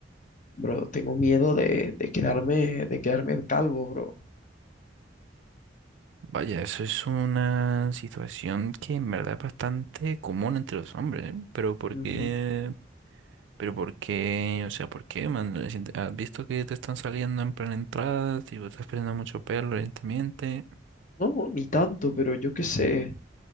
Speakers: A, on the left; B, on the right.
A: bro. Tengo miedo de, de quedarme, de quedarme calvo, bro.
B: Vaya, eso es una situación que en verdad es bastante común entre los hombres, ¿eh? Pero ¿por
A: Ujú.
B: qué? Pero ¿por qué? O sea, ¿por qué, man? Es ¿Has visto que te están saliendo en plan entradas? Tipo, estás perdiendo mucho pelo, evidentemente.
A: No, ni tanto, pero yo qué sé.